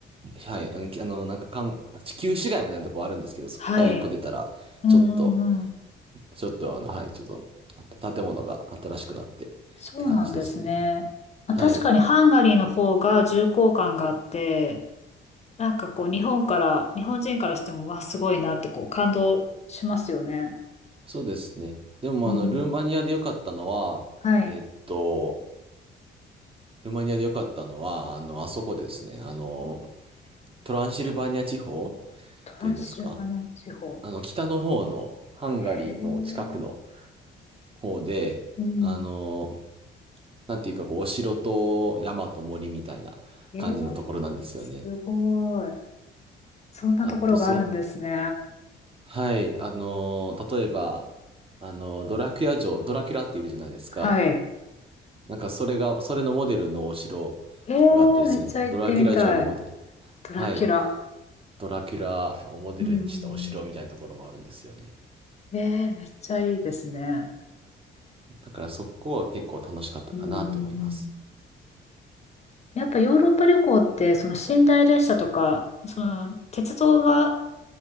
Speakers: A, on the right (about 30°); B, on the left (about 35°).
A: はい、あの、きあのなんか、かん、地球市街みたいなとこあるんですけど、そこから一歩出たら、
B: はい。うんうんうん。
A: ちょっと、ちょっとあの、はい、ちょっと、あ建物が新しくなってって感じですね。
B: そうなんですね。まあ確かにハンガリーの方が重厚感があって、
A: はい、
B: なんかこう、日本から、日本人からしても、わあ、すごいなってこう、感動しますよね。
A: そうですね。でも、
B: うん。
A: あの、ルーマニアで良かったのは、
B: はい。
A: えっと、ルーマニアで良かったのは、あの、あそこですね、あの、トランシルバニア地方っ
B: トランシルバニア地方。
A: ていうんですか、あの、北の方のハンガリーの近くの、
B: へえ、
A: 方で、
B: うん。
A: あの、なんていうか、こう、お城と山と森みたいな感じのところなんですよね。
B: えー、すごい。そんなところがあるんですね。
A: あと、そう、はい、あの、例えば、あの、ドラキュラ城、ドラキュラっているじゃないですか。
B: はい。
A: なんか、それが、それのモデルのお城とかがあったりする。
B: えー、めっちゃ行ってみたい。
A: ドラキュラ城のモデル、
B: ドラキュラ。
A: はい、ドラキュラをモデルにしたお城みたいなところもあるんですよね。
B: うんうんうん。えー、めっちゃいいですね。
A: だから、そこは結構楽しかったかなと思います。
B: うんうんうん。やっぱヨーロッパ旅行って、その寝台列車とか、その鉄道が